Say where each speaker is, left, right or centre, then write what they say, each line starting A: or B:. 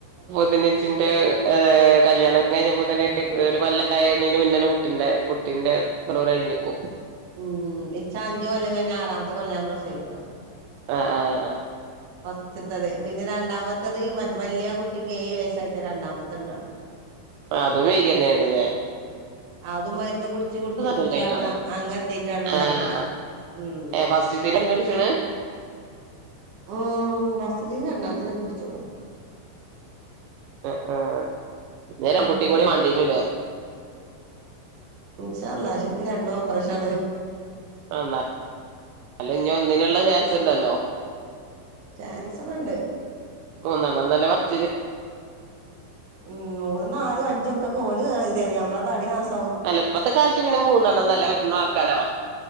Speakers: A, on the right; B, on the right.
A: <unintelligible> അത് കല്യാണം കഴിഞ്ഞപ്പോ തന്നെ ഒരു കൊല്ലായേണിന് മുന്നേണ് കുട്ടിന്റെ കുട്ടീന്റെ തൊണ്ണൂറ് കഴിഞ്ഞെക്കും.
B: ഉം ഇൻച്ച് അഞ്ചു കൊല്ലം കഴിഞ്ഞ് ആറാമ ത്തെ കൊല്ലാ ഞാൻ പ്രസവിക്കണത്.
A: അഹ് ആഹ് അഹ്
B: ഫസ്റ്റത്തത്. പിന്നെ രണ്ടാമത്തത് വല്ല്യാ കുട്ടിക്ക് ഏഴ് വയസ്സായിട്ടാ രണ്ടാമത്തെണ്ടാവണെ.
A: അതും വെയ്കിയന്നേണില്ലേ.
B: അത് മരുന്ന് കുടിച്ച് കുടിച്ച് കുടിച്ചങ്ങാ
A: കഴിഞ്ഞിട്ടാണ്
B: അങ്ങെത്തീറ്റാണ് ഇണ്ടായിക്കണ്.
A: ആഹ്
B: ഉം
A: ഏഹ് ഫസ്റ്റ്ത്തന്നെ എടുത്തടിച്ച്ണ്
B: ഓഹ് ഫസറ്റ്ത്തീന് രണ്ടാ ഇല്ല ഞാൻ കുടിച്ചോളാ
A: ആഹ് ആഹ് നേരം
B: പിന്നെ
A: കുട്ടിം കൂടി വാണ്ടീന്ലേ. എ.
B: ഇൻഷാ അളളാ പക്ഷെ ഇൻക്ക് രണ്ടും ഓപ്പറേഷാണ്.
A: അ എന്ത അല്ല ഒന്നിനുള്ള ചാൻസ് ഉണ്ടല്ലോ.
B: ചാൻസ് ക്കുണ്ട്.
A: മൂന്നെണ്ണം ന്നല്ലേ പർച്ചില്
B: ഉം മൂന്നും നാലും അഞ്ചും ഒക്കെ ഓൽ <unintelligible> നമ്മളെ താടി നാസ
A: അല്ല ഇപ്പത്തെ കാലത്ത് പിന്നെ മൂന്നെണ്ണം ന്നല്ലേ പറഞ്ഞെ. ക്കലോ.